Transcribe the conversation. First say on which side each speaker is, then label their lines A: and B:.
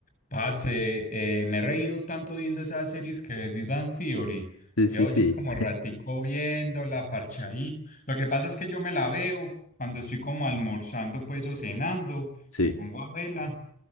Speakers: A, on the left; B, on the left.
A: Parce, eh, me he reído tanto viendo esas series que de Big Bang Theory.
B: Sí,
A: Llevo
B: sí, sí.
A: ya como ratico viéndola, parchadito. Lo que pasa es que yo me la veo cuando estoy como almorzando, pues, o cenando.
B: Sí.
A: Me pongo a verla